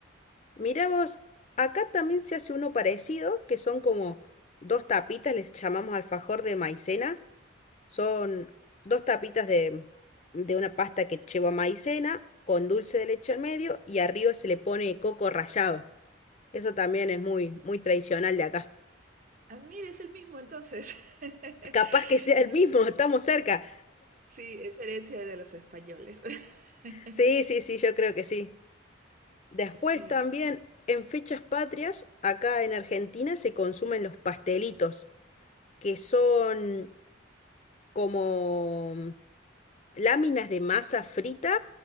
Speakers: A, on the left; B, on the right.
A: Mirá vos, acá también se hace uno parecido, que son como dos tapitas, les llamamos alfajor de maicena. Son dos tapitas de, de una pasta que lleva maicena con dulce de leche al medio y arriba se le pone coco rallado. Eso también es muy, muy tradicional de acá.
B: Ah, mire, es el mismo entonces. <laughs> Entonces,
A: Capaz que sea el mismo, <laughs> estamos cerca.
B: Sí, es herencia de los españoles. <laughs>
A: Sí, sí, sí, yo creo que sí. Después
B: Sí.
A: también, en fechas patrias, acá en Argentina se consumen los pastelitos, que son como mm, láminas de masa frita